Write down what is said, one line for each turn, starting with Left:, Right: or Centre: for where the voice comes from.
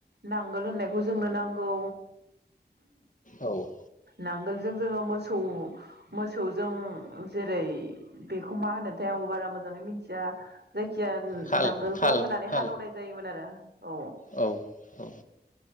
Right: नांगोल होननायखौ जोंनो नां गौ
Left: औ
Right: नांगोलजों जोङो मोसौ मोसौजों जेरै बेखौ मा होनोथाय आंबो बारा मोजाङै मिथिया जाय खिया
Left: थाल
Right: नांगोलखौ
Left: थाल
Right: होनानै
Left: थाल
Right: हालौवनाय जायोमोन आरो औ।
Left: औ औ